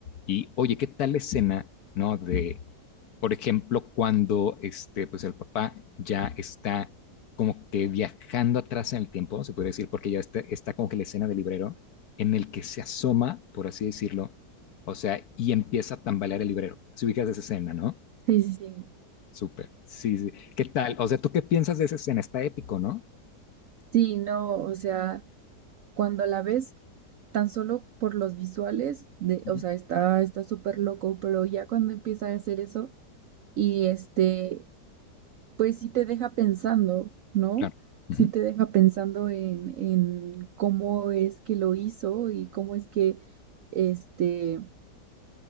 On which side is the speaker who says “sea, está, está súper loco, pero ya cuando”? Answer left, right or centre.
Right